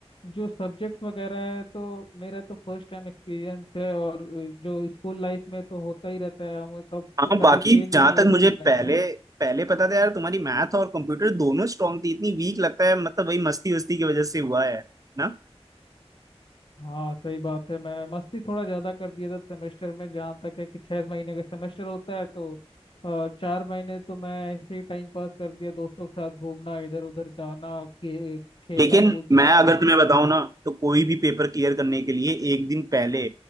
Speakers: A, on the left (about 55°); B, on the right (about 35°).
A: जो सब्जेक्ट्स वगैरह है तो मेरा तो फर्स्ट टाइम एक्सपीरियंस है और जो स्कूल लाइफ में तो होता ही रहता है हम कब
B: हाँ बाकी
A: कभी फेल नहीं
B: जहां
A: हुए
B: तक
A: स्कूल
B: मुझे
A: लाइफ
B: पहले
A: में
B: पहले पता था यार तुम्हारी मैथ और कंप्यूटर दोनों स्ट्रांग थी इतनी वीक लगता है मतलब वही मस्ती वस्ती की वजह से हुआ है ना
A: हाँ सही बात है मैं मस्ती थोड़ा ज्यादा कर दिया था सेमेस्टर में जहाँ तक है कि छह महीने का सेमेस्टर होता है तो अ, चार महीने तो मैं ऐसे ही टाइम पास कर दिया दोस्तों के साथ घूमना इधर उधर जाना खे, खेलना
B: लेकिन
A: कूदना
B: मैं
A: और
B: अगर तुम्हें बताऊं ना तो कोई भी पेपर क्लियर करने के लिए एक दिन पहले